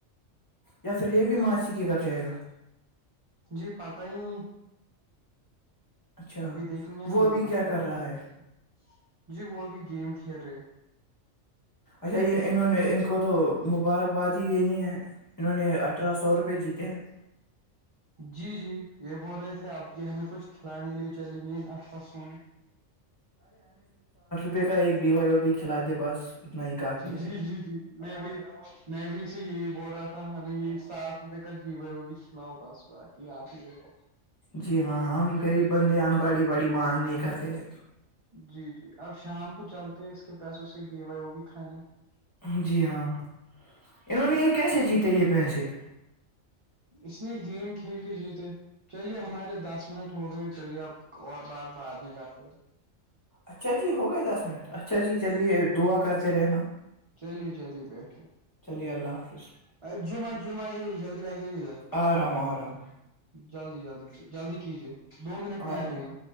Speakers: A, on the left; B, on the right.
A: یا پھر یہ بھی ماںسی کی گ جائے گا
B: جی پت ہی
A: اچھا
B: ابھی دیکھیں گے
A: وہ
B: نا
A: ابھی
B: یہ مشورہ
A: کیا کر رہا
B: بھی
A: ہے
B: کریں گے جی وہ بھی گیم کھیل رہے
A: انہوں نے ان کو تو مبارکباد ہی د نہیں ہے انہوں نے اٹھارہ سو روپے جیتے ہیں
B: جی جی یہ بول رہے تھے اب یہ ہمیں کچھ کھلانے لے چلیں گے خصوں میں
A: رپے کا ایک بیوائیو بھی کھلا دے بس اتنا ہی کافی ہے
B: جی جی جی جی میں بھی میں بھی یہی بول رہا تھا ہمیں یہ ساتھ روپے کا بیوے وہ بھی کھلاؤ بس بای آپ ہی لے لو
A: جی ہاں ہم غریب بندے ہم بڑی باڑی مانگ نہیں کرتے ہیں
B: جی جی اب شام کو چلتے اس کے پیسوں سے بیوائے وہ بھی کھائے ن
A: ہیں جی ہاں انہوں نے یہ
B: جی
A: کیسے جیتے یہ پس <inaudible>
B: اس نے گیم کھیل کے جیتے چلیے ہمارے دس منٹ ہو گئے چلیے اب اور بعد بعد میں جاتے
A: اچھا جی ہو گئے دس منٹ اچھا جی چلیے دعا کرتے سے رہنا
B: چلی چلیے بیٹھے
A: چلیے اللہ حافظ
B: ا جم آ جم آ جائی جلدی آ جائیے
A: آ رہا ہوں آ رہا ہوں
B: جلدی جلدی جلدی کیجیے دو منٹ میں
A: رہا
B: آ
A: ہوں
B: جائیے
A: رہا ہوں